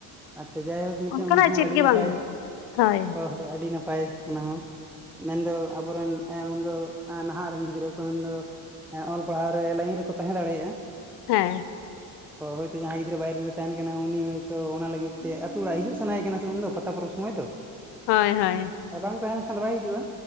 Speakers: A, in the centre; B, on the left.
A: ᱟᱪᱪᱷᱟ ᱡᱟᱭᱦᱳᱠ ᱢᱤᱫᱴᱮᱱ
B: ᱚᱱᱠᱟᱱᱟᱜ
A: ᱚᱱᱟ ᱦᱚᱸ
B: ᱪᱮᱫ
A: ᱟᱹᱰᱤ
B: ᱜᱮ
A: ᱱᱟᱯᱟᱭ
B: ᱵᱟᱝ ᱦᱩᱭᱩᱜᱼᱟ ᱦᱳᱭ
A: ᱦᱚ ᱦᱚᱸ ᱟᱹᱰᱤ ᱱᱟᱯᱟᱭ ᱚᱱᱟ ᱦᱚᱸ ᱢᱮᱱᱫᱚ ᱟᱵᱚᱨᱮᱱ ᱢᱮᱱᱫᱚ ᱱᱟᱦᱟᱜ ᱨᱮᱱ ᱜᱤᱫᱽᱨᱟᱹ ᱠᱚ ᱢᱮᱱᱫᱚ ᱦᱮᱸ ᱚᱞ ᱯᱟᱲᱦᱟᱣ ᱨᱮ ᱞᱟᱭᱤᱱ ᱨᱮᱠᱚ ᱛᱟᱦᱮᱸ ᱫᱟᱲᱮᱭᱟᱜᱼᱟ᱾
B: ᱦᱮᱸ
A: ᱦᱳ ᱦᱳᱭᱛᱳ ᱡᱟᱦᱟᱸᱭ ᱜᱤᱫᱽᱨᱟᱹ ᱵᱟᱭᱨᱮ ᱨᱮ ᱛᱟᱦᱮᱱ ᱠᱟᱱᱟ ᱩᱱᱤ ᱦᱚᱭᱛᱳ ᱚᱱᱟ ᱞᱟᱹᱜᱤᱫ ᱜᱤᱛᱮ ᱟᱹᱛᱩ ᱚᱲᱟᱜ ᱦᱤᱡᱩᱜ ᱥᱟᱱᱟᱭᱮ ᱠᱟᱱᱟ ᱩᱱᱫᱚ ᱯᱟᱛᱟ ᱯᱚᱨᱚᱵᱽ ᱥᱚᱢᱚᱭ ᱫᱚ᱾
B: ᱦᱳᱭ ᱦᱳᱭ
A: ᱟᱨ ᱵᱟᱝ ᱛᱟᱦᱮᱸ ᱞᱮᱱᱠᱷᱟᱱ ᱫᱚ ᱵᱟᱭ ᱦᱤᱡᱩᱜᱼᱟ᱾